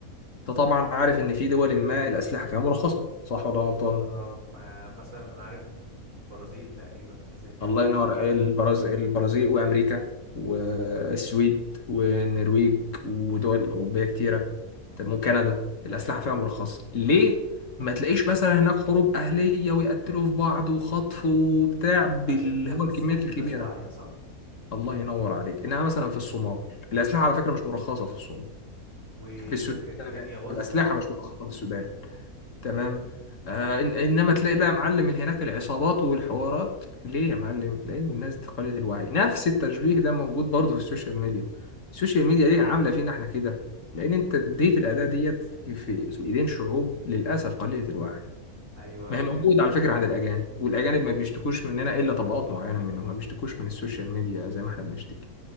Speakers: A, on the left (about 55°); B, on the right (about 60°).
A: انت طبعا عارف ان في دول ما الأسلحة فيها مرخصة صح ولا غلطان
B: اه آه، مثلا انا عارف ان البرازيل تقريبا حاجه زي كده
A: الله ينور البرازيل البرازيل وامريكا والسويد والنرويج ودول اوروبيه كتيره طب وكندا الاسلحه فيها مرخصه ليه ما تلاقيش مثلا هناك حروب اهليه ويقتلوا في بعض وخطف وبتاع بال
B: عشان انت ممسكهم
A: هو الكميات الكبيره
B: لناس واعيه صح
A: الله ينور عليك انها مثلا في الصومال الاسلحه على فكره مش مرخصه في الصومال
B: وهناك
A: في السودان
B: الدنيا بايظه
A: الاسلحه مش مرخصه في السودان تمام آه إن- انما تلاقي بقى معلم هناك العصابات والحوارات ليه يا معلم لان الناس دي قليلة الوعي نفس التشبيه ده موجود برضه في السوشيال ميديا السوشيال ميديا ليه عامله فينا احنا كده لان انت اديت الاداه ديت في, في, في ايدين شعوب للاسف قليله الوعي
B: ايوه
A: ما
B: فهمتك
A: هي موجودة على فكرة عند الأجانب والأجانب ما بيشتكوش مننا إلا طبقات معينة منهم ما بيشتكوش من السوشيال ميديا زي ما احنا بنشتكي